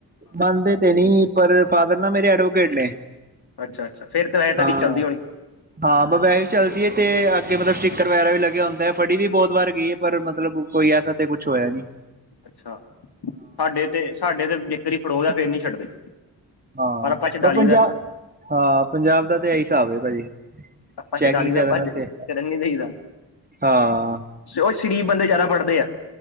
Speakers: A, on the right; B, on the left.
A: ਮੰਨਦੇ ਤੇ ਨੀ ਪਰ ਪਾ ਦਿੰਨਾ ਮੇਰੇ ਐਡਵੋਕੇਟ ਨੇ।
B: ਅੱਛਾ ਅੱਛਾ ਫਿਰ ਤਾਂ ਇਹ ਤੁਹਾਡੀ
A: ਹਾਂ
B: ਚੱਲਦੀ ਹੋਣੀ।
A: ਹਾਂ ਮੋਬਾਇਲ ਚੱਲਦੀ ਹੈ ਤੇ ਅੱਗੇ ਮਤਲਬ ਸਟਿੱਕਰ ਵਗੈਰਾ ਵੀ ਲੱਗਿਆ ਹੁੰਦਾ ਹੈ ਫੜੀ ਵੀ ਬਹੁਤ ਵਾਰ ਗਈ ਹੈ ਪਰ ਮਤਲਬ। ਕੋਈ ਐਸਾ ਤੇ ਕੁਛ ਹੋਇਆ ਨੀ।
B: ਅੱਛਾ ਸਾਡੇ ਤੇ ਸਾਡੇ ਤੇ ਜੇਕਰ ਫੜੋ ਗਿਆ ਫਿਰ ਨੀ ਛੱਡਦੇ।
A: ਹਾਂ
B: ਪਰ ਆਪਾਂ ਛਡਾਲੀ
A: ਪੰਜਾਬ
B: ਦਾ,
A: ਹਾਂ ਪੰਜਾਬ ਦਾ ਤੇ ਇਹੀ ਹਿਸਾਬ ਹੈ ਭਾਜੀ।
B: ਆਪਾਂ
A: ਚੈਕਿੰਗ
B: ਛੜਾ ਲਈ ਦਾ
A: ਜ਼ਿਆਦਾ
B: ਭੱਜ
A: ਨਾ ਤੇ
B: ਫਿਰ ਨਹੀਂ ਦੇਈ ਦਾ।
A: ਹਾਂ
B: ਉਹ ਸ਼ਰੀਫ ਬੰਦੇ ਜ਼ਿਆਦਾ ਫੜਦੇ ਆ।